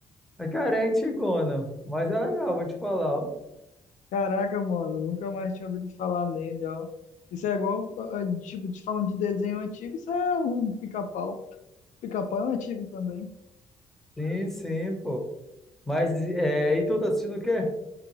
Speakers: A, in the centre; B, on the left (about 70°).
A: Mas, cara, é antigona, mas é legal, vou te falar. ó.
B: Caraca, mano, nunca mais tinha ouvido falar nele, ó. Isso é igual, ah, ah, tipo, te falando de desenho antigo, isso é um pica-pau. Pica-pau é um antigo também.
A: Sim, sim, pô. Mas, é, e tu tá assistindo o quê?